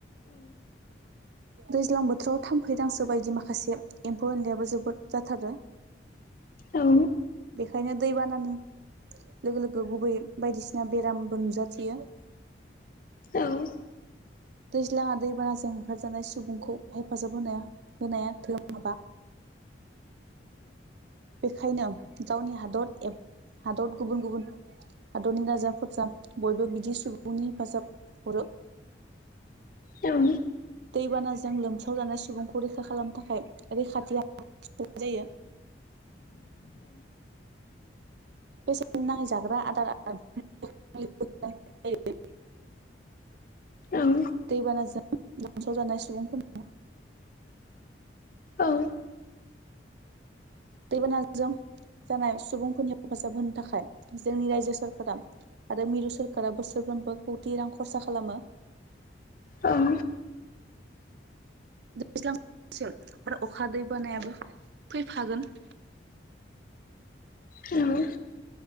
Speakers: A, on the right; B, on the left.
A: <unintelligible> दैज्लां बोथोराव थाम्फैदांसो बायदि माखासे एम्फौ एनलाययाबो जोबोद जाथारो
B: औ।
A: बेखायनो दैबानानि लोगो -लोगो गुबै बायदिसिना बेरामबो नुजाथियो।
B: औ।
A: दैज्लाङा दैबानाजों होखारजानाय सुबुंखौ हेफाजाब होनो होनाया धोरोम हाबा बेखायनो गावनि हादर एब हादर गुबुन गुबुन हादरनि राजाफोरज बयबो बिदि सुबुंनि हेफाजाब हरो
B: उम।
A: दैबानाजों लोमसावजानाय सुबुंखौ रैखा खालामनो थाखाय रैखाथि जायो बेसे नाङै जाग्रा आदार <unintelligible>
B: ओं।
A: दैबानाजों लोमसाव जानाय सुबुंफोरनि
B: औ।
A: दैबानाजों जानाय सुबुंफोरनि हेफाजाब होनो थाखाय जोंनि रायजो सरका आरो मिरु सोरखारा बोसोरफ्रोमबो खौथि रां खरसा खालामो।
B: ओं
A: दैज्लां बोथोरसिम आरो अखा दैबानायाबो फैफागोन
B: उम।